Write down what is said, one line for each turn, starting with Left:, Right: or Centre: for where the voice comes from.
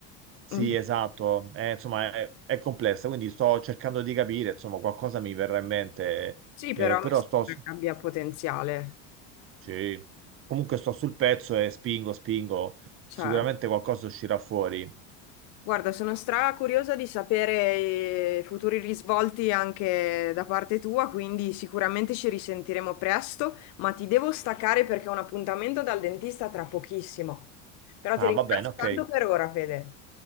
Right: Sì,
Left: Mm.
Right: esatto, Eh, insomma è, è complessa, quindi sto cercando di capire, insomma qualcosa mi verrà in mente,
Left: Sì, però
Right: eh, però
Left: mi sembra
Right: sto...
Left: che abbia potenziale,
Right: Sì, comunque sto sul pezzo e spingo, spingo,
Left: certo.
Right: sicuramente qualcosa uscirà fuori.
Left: Guarda, sono stra curiosa di sapere eh, i futuri risvolti anche da parte tua, quindi sicuramente ci risentiremo presto, ma ti devo staccare perché ho un appuntamento dal dentista tra pochissimo. Però
Right: Ah,
Left: ti ringrazio
Right: va bene, ok,
Left: tanto per ora, Fede.